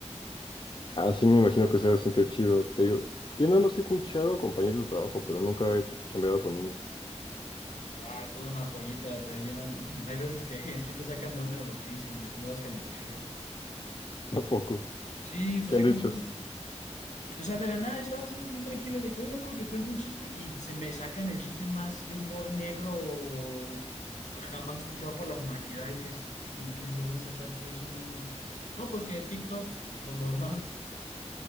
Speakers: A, on the left; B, on the left.
A: Ah, sí, me imagino que se va a sentir chido. Te digo, yo nada más he escuchado compañeros de trabajo, pero nunca he chambeado con niños.
B: Ah, es toda una joyita, te llenan. <laughs> Hay veces que <laughs> sí te sacan de onda lo que dicen las nuevas generaciones.
A: <laughs> Tampoco.
B: Sí, se
A: ¿Qué
B: sacan.
A: han dicho?
B: O sea, de la nada estaba así bien tranquilo de que, oiga, coach, le cuento un chiste y se me sacan el chiste más de humor negro jamás escuchado por la humanidad. Y dices, ¿de qué, de dónde sacaste eso, niña? No, pues que de TikTok, lo normal.